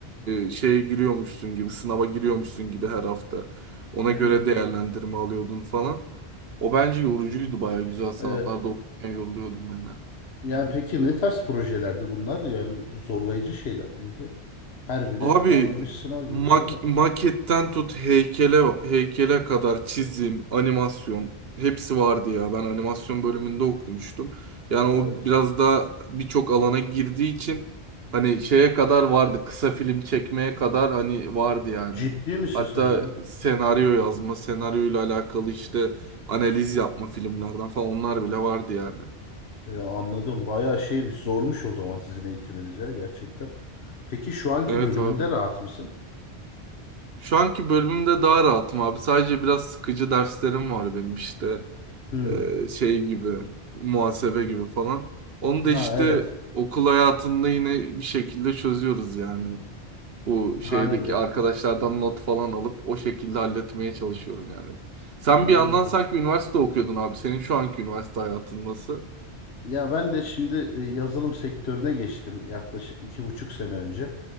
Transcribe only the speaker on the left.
Evet.
Evet.
Yani peki
ne tarz projelerdi bunlar? Yani zorlayıcı şeyler miydi? Her biri
ayrı bir sınav
gibi değil mi?
Evet.
Ciddi misin
sen ya?
Ee, anladım. Bayağı şeymiş, zormuş o zaman sizin eğitiminiz ya gerçekten. Peki şu anki
bölümünde
rahat mısın?
Hmm.
Ha
evet.
Haliyle.
Anladım.
Ya ben de şimdi e, yazılım sektörüne geçtim yaklaşık iki buçuk sene önce.